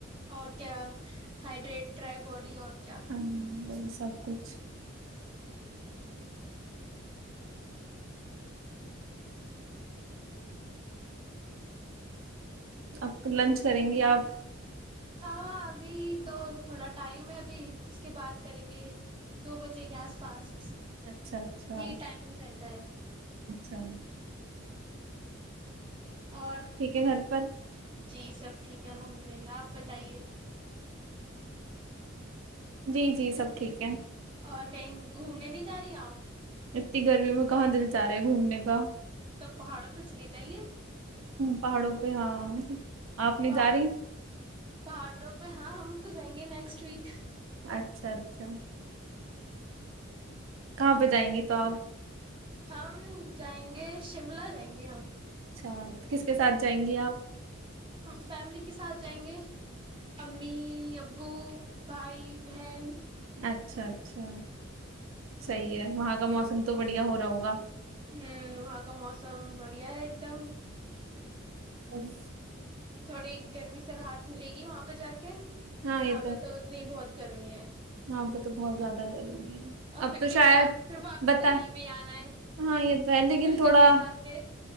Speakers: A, on the right (about 25°); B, on the right (about 80°).
A: اور کیا ہائڈریٹ رہیں باڈی اور کیا
B: ہاں وہی سب کچھ اپ لنچ کریں گی آپ
A: ہاں ابھی تو تھوڑا ٹائم ہے ابھی اس کے بعد کریں گے دو بجے کے آس پاس
B: اچھا اچھا
A: یہ ٹائم ہی رہتا ہے
B: ہم
A: اور
B: ہے گھر پر
A: جی سب ٹھیک ہے الحمد للہ آپ بتائیے
B: جی جی سب ٹھیک ہے
A: اور کہیں گھومنے نہیں جا رہی آپ
B: اتنی گرمی میں کہاں دل چاہ رہا ہے گھومنے کا
A: تو پہاڑوں پہ چلیے جائیے
B: پہاڑوں پہ ہاں آپ نہیں
A: پا
B: جا رہی
A: پہاڑوں پہ ہاں ہم تو جائیں گے نیکسٹ ویک
B: اچھا اچھا کہاں پہ جائیں گی تو آپ
A: ہم جائیں گے شملہ جائیں گے ہم
B: اچھا کس کے ساتھ جائیں گی آپ
A: فیملی کے ساتھ جائیں گے امی ابو بھائی بہن
B: اچھا اچھا صحیح ہے وہاں کا موسم تو بڑھیا ہو رہا ہوگا
A: ہمم وہاں کا موسم بڑھیا ہے ایک دم
B: ا <inaudible>
A: تھوڑی گرمی سے راحت ملے گی وہاں پہ جا کے
B: ہاں
A: یہاں
B: یہ
A: پہ تو اتنی بہت گرمی ہے
B: ہاں پ تو بہت زیادہ گری ہے
A: اور
B: اب
A: پھر
B: تو
A: بھی
B: شاید
A: کیا پھر واپس
B: بتا
A: تو یہیں پہ ہی آنا ہے
B: ہاں یہ تو ہے لیکن
A: کچھ
B: تھوڑا
A: دن گزار کے